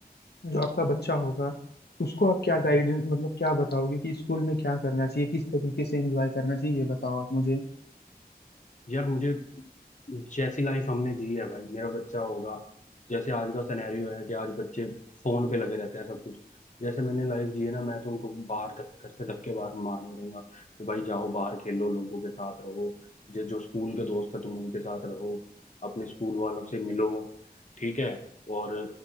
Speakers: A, on the left (about 85°); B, on the left (about 50°).
A: जो आपका बच्चा होगा उसको आप क्या गाइडेंस मतलब क्या बताओगे कि स्कूल में क्या करना चाहिए किस तरीके से एंजॉय करना चाहिए ये बताओ आप मुझे
B: यार मुझे जैसी लाइफ हमने जी है भाई मेरा बच्चा होगा जैसे आज का सिनेरियो है कि आज बच्चे फोन पे लगे रहते हैं सब कुछ जैसे मैंने लाइफ जी है ना मैं तो उनको बाहर धक, घर से धक्के बाहर मार करूंगा कि भाई जाओ बाहर खेलो लोगों के साथ रहो जो जो स्कूल के दोस्त है तुम उनके साथ रहो अपने स्कूल वालों से मिलो ठीक है और